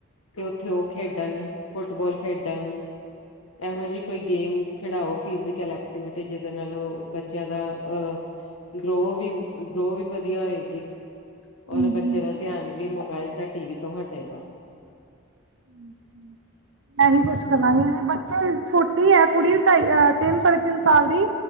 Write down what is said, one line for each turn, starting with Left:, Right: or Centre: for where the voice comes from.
Left: ਤੇ, ਖੇਡਣ ਫੁੱਟਬਾਲ ਖੇਡਣ ਇਹੋ ਜਿਹੀ ਕੋਈ ਗੇਮ ਖਿਡਾਓ ਫਿਜੀਕਲ ਐਕਟੀਵਿਟੀ ਜਿਹਦੇ ਨਾਲ ਬੱਚਿਆਂ ਦਾ ਆ ਗਰੋ ਵੀ ਗਰੋ ਵੀ ਵਧੀਆ ਹੋਏਗੀ।
Right: ਹਾਂਜੀ
Left: ਔਰ ਬੱਚੇ ਦਾ ਧਿਆਨ ਵੀ ਮੁ ਮੋਬਾਇਲ ਤਾਂ ਟੀਵੀ ਤੋਂ ਹਟੇਗਾ।
Right: <inaudible> ਮੈਂ ਹੀ ਕੁੱਛ
Left: ਹਾਂਜੀ
Right: ਕਰਾਂਗੀ ਬੱਚੇ ਛੋਟੀ ਹੈ ਕੁੜੀ ਢਾਈ ਤਿੰਨ ਸ ਤਿੰਨ ਸਾਲ ਦੀ